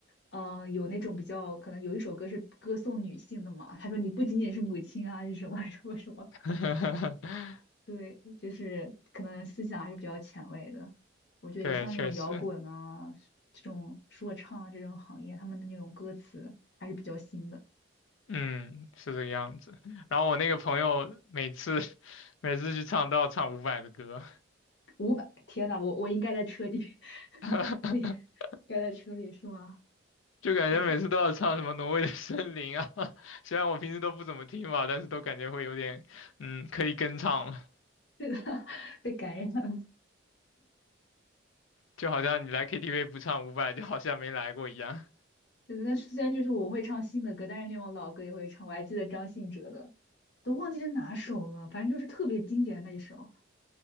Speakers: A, on the left (about 60°); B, on the left (about 80°).
A: 嗯、呃有那种比较可能有一首歌是歌颂女性的嘛，他说你不仅仅是母亲啊，是什么什么什么，
B: <laughs>
A: 对，就是可能思想还是比较前卫的。我觉得像这种摇滚啊、
B: 对，确实，
A: 这种说唱啊这种行业，他们的那种歌词还是比较新的。
B: 嗯，是这个样子。然后我那个朋友每次 <laughs> 每次去唱都要唱伍佰的歌，
A: 五百天呐，我我应该在车里，<laughs>
B: <laughs>
A: 不应该在车里是吗？
B: 就感觉每次都要唱什么《挪威的森林》啊，
A: 对，
B: <laughs> 虽然我平时都不怎么听吧，但是都感觉会有点，嗯，可以跟唱了，
A: <laughs> 被感染了。
B: 就好像你来 KTV 不唱伍佰，就好像没来过一样。
A: <laughs> 对，但虽然就是我会唱新的歌，但是那种老歌也会唱。我还记得张信哲的，都忘记是哪首了，反正就是特别经典的那一首。